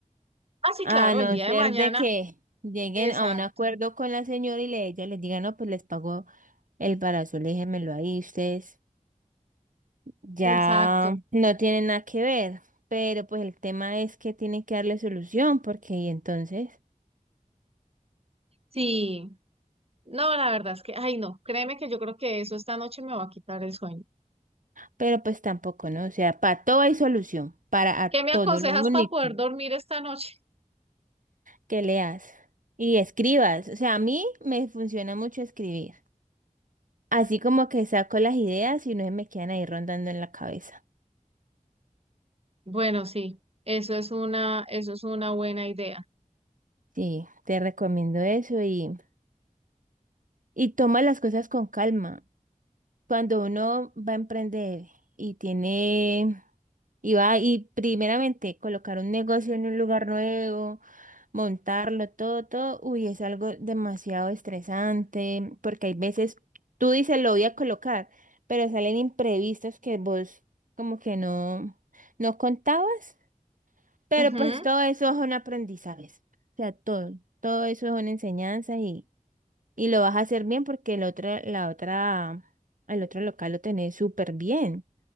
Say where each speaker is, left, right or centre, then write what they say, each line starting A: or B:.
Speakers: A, on the right; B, on the right.
A: Ah, sí,
B: A
A: claro,
B: no
A: el día
B: ser
A: de mañana.
B: de que lleguen
A: Exacto,
B: a un acuerdo con la señora y le, ella les diga, no, pues les pago el parasol, déjenmelo ahí ustedes. Ya
A: exacto.
B: no tienen nada que ver, pero pues el tema es que tienen que darle solución, porque y entonces,
A: Sí, no, la verdad es que, ay, no, créeme que yo creo que eso esta noche me va a quitar el sueño.
B: pero pues tampoco, ¿no? O sea, para todo hay solución, para a
A: ¿Qué me
B: todo,
A: aconsejas
B: lo único
A: para poder dormir esta noche?
B: que leas y escribas. O sea, a mí me funciona mucho escribir, así como que saco las ideas y no se me quedan ahí rondando en la cabeza.
A: Bueno, sí, eso es una, eso es una buena idea.
B: Sí, te recomiendo eso y, y toma las cosas con calma. Cuando uno va a emprender y tiene, y va y primeramente colocar un negocio en un lugar nuevo, montarlo, todo, todo, uy, es algo demasiado estresante, porque hay veces tú dices lo voy a colocar, pero salen imprevistos que vos como que no, no contabas, pero
A: Ujú,
B: pues todo eso es un aprendizaje, o sea, todo, todo eso es una enseñanza y... Y lo vas a hacer bien porque el otro, la otra, el otro local lo tenés súper bien.